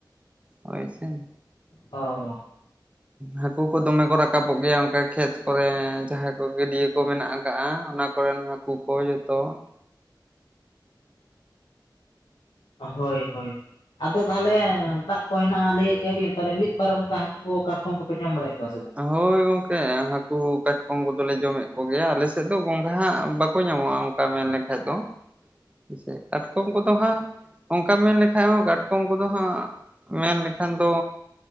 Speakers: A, on the right (about 15°); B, on the left (about 85°).
A: ᱦᱳᱭ ᱥᱮ ᱾
B: ᱚᱻ
A: ᱦᱟᱹᱠᱩ ᱠᱚ ᱫᱚᱢᱮ ᱠᱚ ᱨᱟᱠᱟᱵᱚᱜ ᱜᱮᱭᱟ ᱚᱱᱠᱟ ᱠᱷᱮᱛ ᱠᱚᱨᱮ ᱩᱢ ᱡᱟᱦᱟᱸ ᱠᱚ ᱜᱟᱹᱰᱭᱟᱹ ᱠᱚ ᱢᱮᱱᱟᱜ ᱟᱠᱟᱜᱼᱟ ᱚᱱᱟ ᱠᱚ ᱠᱚᱨᱮᱱ ᱦᱟᱹᱠᱩ ᱠᱚ ᱡᱚᱛᱚ ᱾
B: ᱦᱳᱭ-ᱦᱳᱭ ᱟᱫᱚ ᱛᱟᱦᱚᱞᱮ ᱫᱟᱜ ᱠᱚ ᱦᱮᱱᱟᱜᱼᱟ ᱞᱟᱹᱭᱮᱜ ᱜᱮᱭᱟ ᱵᱤᱱ ᱛᱟᱦᱚᱞᱮ ᱢᱤᱫ ᱵᱟᱨ ᱚᱱᱠᱟ ᱡᱮ ᱠᱟᱴᱠᱚᱢ ᱠᱚᱯᱮ ᱡᱚᱢ ᱵᱟᱲᱟᱭᱮᱫ ᱠᱚᱣᱟ ᱥᱮ ᱵᱟᱝ?
A: ᱦᱳᱭ ᱜᱚᱝᱠᱮ ᱟᱨ ᱦᱟᱹᱠᱩ ᱠᱟᱴᱠᱚᱢ ᱠᱚᱫᱚᱞᱮ ᱡᱚᱢᱮᱜ ᱠᱚ ᱜᱮᱭᱟ ᱟᱞᱮ ᱥᱮᱫ ᱫᱚ ᱜᱚᱸᱜᱷᱦᱟ ᱵᱟᱠᱚ ᱧᱟᱢᱚᱜᱼᱟ ᱾ ᱠᱟ ᱢᱮᱱ-ᱮᱠᱷᱟᱡ ᱫᱚ ᱦᱮᱥᱮ ᱠᱟᱴᱠᱚᱢ ᱠᱚᱫᱚ ᱦᱟᱸᱜ ᱚᱱᱠᱟ ᱢᱮᱱ ᱞᱮᱠᱷᱟᱡ ᱦᱚᱸ ᱠᱟᱴᱠᱚᱢ ᱠᱚᱫᱚ ᱦᱟᱸᱜ ᱢᱮᱱ ᱞᱮᱠᱷᱟᱱ ᱫᱚ